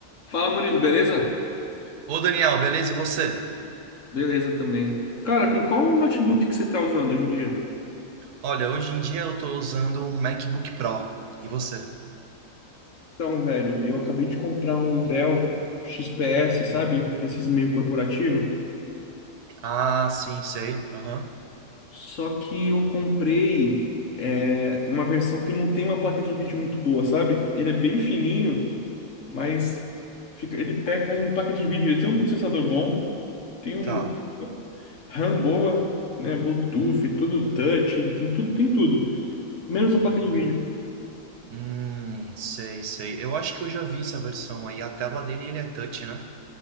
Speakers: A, on the left (about 55°); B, on the right (about 85°).
A: Fala, Murilo, beleza?
B: Ô Daniel, beleza? E você?
A: Beleza também. Cara, com qual notebook que você tá usando hoje em dia?
B: Olha, hoje em dia eu tô usando um MacBook Pro. E você?
A: Então, velho, eu acabei de comprar um Dell XPS, sabe? Esses meio corporativo.
B: Ah, sim, sei. Aham.
A: Só que eu comprei é, uma versão que não tem uma placa de vídeo muito boa, sabe? Ele é bem fininho, mas fica- ele peca em placa de vídeo. Ele tem um processador bom, tem um
B: Tá.
A: RAM boa, né? Bluetooth, tudo touch, ele tem tudo, tem tudo. Menos a placa de vídeo.
B: Hum, sei, sei. Eu acho que eu já vi essa versão aí. A tela dele, ele é touch, né?